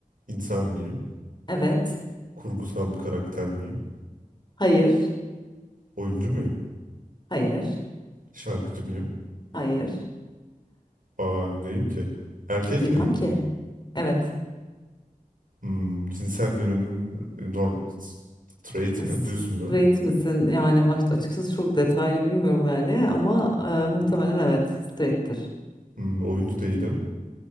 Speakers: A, on the right; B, on the left.
A: İnsan mıyım?
B: Evet.
A: Kurgusal bir karakter miyim?
B: Hayır.
A: Oyuncu muyum?
B: Hayır.
A: Şarkıcı mıyım?
B: Hayır.
A: Aa neyim ki? Erkek
B: Bilmem
A: miyim?
B: ki. Evet.
A: Hmm, cinsel yönelim norm, straight mi?
B: Straight
A: Düz mü?
B: misin? Yani a- açıkçası çok detaylı bilmiyorum yani ama e, muhtemelen evet straight'tir.
A: Hmm, oyuncu değilim.